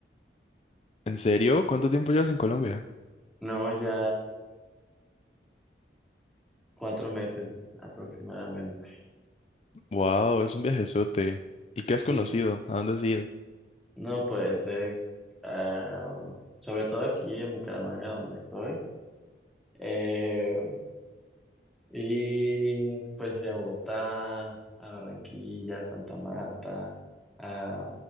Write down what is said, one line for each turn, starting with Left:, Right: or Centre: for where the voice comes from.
Left: ¿En serio? ¿Cuánto tiempo llevas en Colombia?
Centre: No, ya cuatro meses aproximadamente.
Left: Wow, es un viajezote. ¿Y qué has conocido?
Centre: Sí,
Left: ¿A dónde has ido?
Centre: no puede ser. ah, sobre todo aquí en Bucaramanga donde estoy. eh, Y pues fui a Bogotá, a Barranquilla, a Santa Marta, ah,